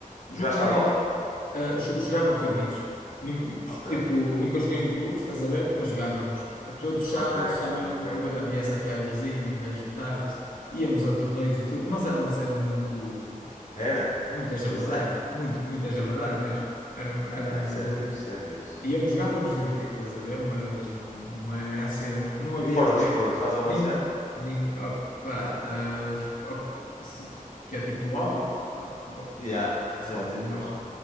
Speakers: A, on the left; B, on the left.
A: Jogaste
B: não é.
A: à bola?
B: ah, jo- jogava com os amigos. Nunca-
A: Ok,
B: tipo, nunca joguei em clubes, estás a ver? Mas jogávamos. A todos os sábados
A: ok,
B: também
A: ok.
B: houve- havia essa febrezinha, um gajo juntava-se, íamos a torneios e tudo, mas era uma cena muito.
A: Era?
B: Muitas
A: Boa
B: a verdade,
A: cena.
B: muito, muitas a verdade mesmo. Éram- Éramos,
A: Ah, isso
B: um
A: é
B: grupo.
A: fixe, isso é fixe.
B: Íamos jogar para nos divertir, estás a ver? Mas não, não era a cena, não havia
A: E fora
B: ninguém,
A: do desporto, faz alguma
B: nem,
A: cena?
B: nem opa, ah, op- se- que é tipo hobbies. Ah, go-
A: Yeah,
B: faço
A: yeah,
B: algumas,
A: tipo,